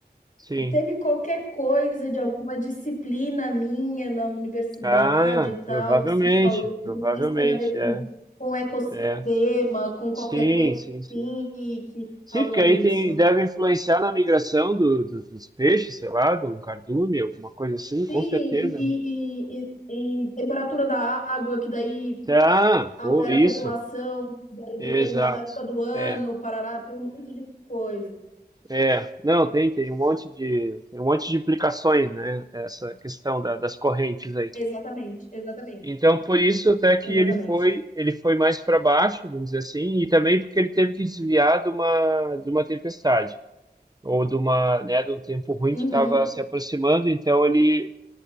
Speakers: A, on the right; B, on the left.
A: Sim.
B: Teve qualquer coisa de alguma disciplina minha na universidade
A: Ah,
B: e tal,
A: provavelmente,
B: que se falou,
A: provavelmente,
B: não sei se tem a ver com,
A: é,
B: com ecossistema,
A: é.
B: com qualquer
A: Sim,
B: coisa
A: sim,
B: assim,
A: sim.
B: e que se
A: Sim,
B: falou
A: porque
B: nisso.
A: aí tem, deve influenciar na migração do, do- dos peixes, sei lá, do cardume, alguma coisa assim,
B: Sim,
A: com
B: e,
A: certeza,
B: e,
A: né?
B: e- e- e temperatura da água, que daí
A: Tá,
B: altera
A: pô, isso,
B: a população, daí determinada
A: exato.
B: época do ano,
A: É,
B: parará, tem um monte de coisa.
A: é, não, tem, tem um monte de, tem um monte de implicações, né? Essa questão da- das correntes aí.
B: Exatamente, exatamente,
A: Então, por isso até que
B: exatamente.
A: ele foi, ele foi mais para baixo, vamos dizer assim, e também porque ele teve que desviar de uma, de uma tempestade, ou de uma, né, de um tempo ruim
B: Uhum,
A: que estava se aproximando, então ele